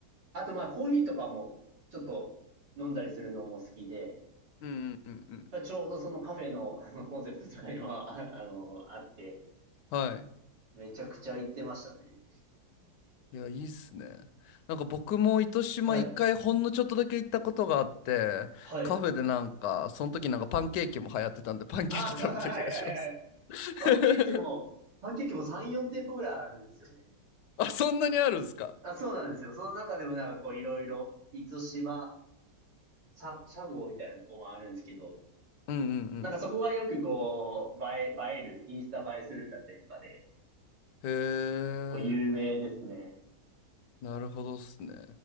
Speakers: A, on the right; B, on the left.
A: あとまあコーヒーとかもちょっと飲んだりするのも好きで、
B: うんうんうんうん。
A: ちょうどそのカフェの <laughs> あのコンセプトとかには、<laughs> ああの、あって、
B: はい。
A: めちゃくちゃ行ってましたね。
B: いや、いいっすね。なんか僕も糸島一回ほんのちょっとだけ行ったことがあって、
A: はい。はい。
B: カフェでなんか、その時なんかパンケーキも流行ってたんで、パンケーキ食べた気がします。
A: あ、<laughs> はいはいはい。
B: <laughs>
A: パンケーキも、パンケーキも3、4店舗ぐらいあるんですよね。
B: あ、そんなにあるんすか
A: あ、そうなんですよ。その中でもなんかこういろいろ、満島、シャ、シャゴみたいなとこもあるんですけど、
B: うんう
A: なんかそこがよくこう、
B: ん
A: 映え、映える、インスタ映えするだったりとかで、
B: うん。へ
A: こう有名ですね。
B: え、なるほどっすね。